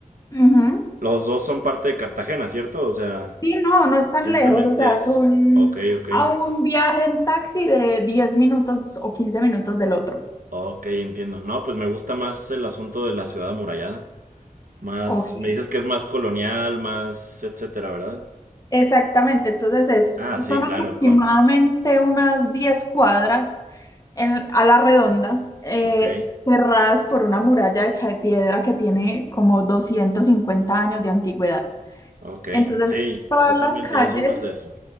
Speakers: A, on the left; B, on the right.
A: Ujú.
B: Los dos son parte de Cartagena, ¿cierto? O sea,
A: Sí, no,
B: s-
A: no es tan
B: simplemente
A: lejos, o sea,
B: es.
A: son
B: Ok, ok.
A: a un viaje en taxi de 10 minutos o 15 minutos del otro.
B: Ok, entiendo. No, pues me gusta más el asunto de la ciudad amurallada. Más.
A: Ok.
B: Me dices que es más colonial, más etcétera, ¿verdad?
A: Exactamente, entonces es,
B: Ah, sí,
A: son
B: claro,
A: aproximadamente
B: con.
A: unas 10 cuadras en- a la redonda, eh,
B: Ok.
A: cerradas por una muralla hecha de piedra que tiene como 250 años de antigüedad.
B: Ok,
A: Entonces,
B: sí,
A: todas
B: totalmente,
A: las calles,
B: yo soy más de eso.